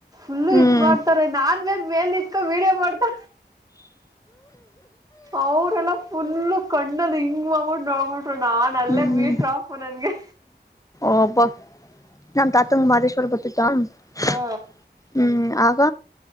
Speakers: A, on the right; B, on the left.
A: ುಲ್ಲು
B: ಹ್ಮ್
A: ಇದ್ ಮಾಡ್ತಾರೆ
B: ಹ್ಮ್
A: ನಾನ್ ಮೇ ಮೇಲೆ ವೀಡಿಯೋ ಮಾಡ್ತಾ ಅವರೆಲ್ಲ ಫುಲ್ಲು ಕಣ್ಣಲಿ ಹಿಂಗ್ ನೋಡ್ಬಿಟ್ಟು ನೋಡ್ಬಿಟ್ಟು ನಾ ಅಲ್ಲೇ
B: ಹ್ಮ್
A: ಮೀಟರಾಪು ನನ್ಗೆ
B: ಒಬ್ಬ ನಮ್ ತಾತಂಗ ಮಾದೇಶ್ವರ್ ಬತ್ತಿತ್ತ ಹ್ಮ್
A: ಹಾ
B: ಆಗ